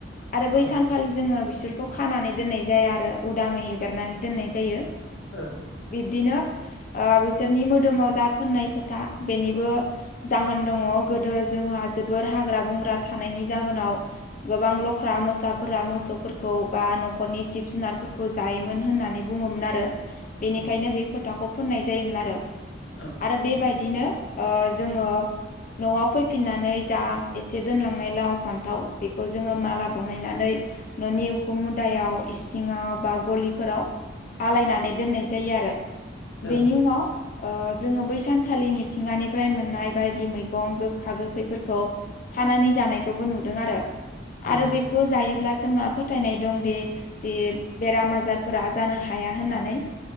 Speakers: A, on the left; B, on the left.
A: आरो बै
B: औ ओ
A: सानखालि जोङो बिसोरखौ खानानै दोननाय जाया आरो उदाङै हेगारनानै दोननाय जायो।
B: ओ
A: बिब्दिनो ओ बिसोरनि मोदोमाव जा फोननाय फोथा बेनिबो जाहोन दङ गोदो जोंहा जोबोर हाग्रा बंग्रा थानायनि जाहोनाव गोबां लख्रा मोसाफोरा मोसौफोरखौ खौ बा न'खरनि जिब जुनारफोरखौ जायोमोन होननानै बुङोमोन आरो। बेनिखायनो
B: औ
A: बे फोथाखौ फुननाय जायोमोन आरो।
B: औ
A: आरो बेबायदिनो ओ जोङो न'आव फैफिननानै जा ए एसे दोनलांनाय लाव फान्थाव बेखौ जोङो माला बनायनानै न'नि उखुम मुदायाव इसिङाव बा गलिफोराव आलायनानै दोननाय जायो आरो
B: औ
A: बेनि उनाव ओ जोङो बै सानखालि मिथिंगानिफ्राय मोननाय बायदि मैगं गोखा गोखैफोरखौ खानानै जानायखौबो नुदों आरो आरो
B: नोंथां
A: बेखौ जायोब्ला जोंना फोथायनाय दंदि जे बेराम आजारफोरा जानो हाया होननानै